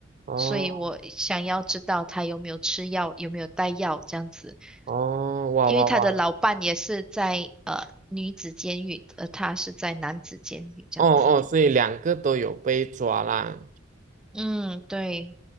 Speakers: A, on the right; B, in the centre.
A: 哦
B: 所以我想要知道他有没有吃药，有没有带药这样子。
A: 哦，哇哇哇，
B: 因为他的老伴也是在呃女子监狱，而他是在男子监狱这样子。
A: 哦哦，所以两个都有被抓啦。
B: 嗯，对。